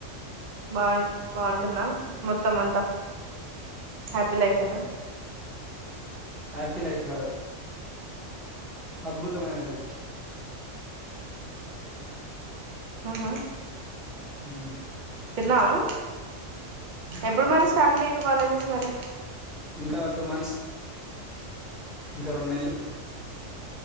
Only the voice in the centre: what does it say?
హ్యాపీ లైఫ్ కాదు అద్భుతమైన లైఫ్
హ <unintelligible>
ఇంకా టూ మంత్స్ ఇంకా రెండు నెల్లు